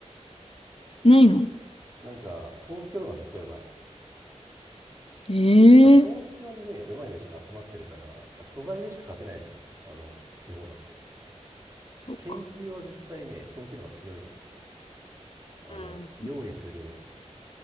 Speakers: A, on the left; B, on the right.
A: ないの
B: たなんか東京の方が絶対うまい
A: え
B: やっぱ東京にね、
A: えー、
B: うまい飯が集まってるから、素材でしか勝てないじゃん。あの、地方なんて。
A: そうか。
B: 研究は絶対ね、東京の方が強いのよ。あの、
A: うん、
B: 料理する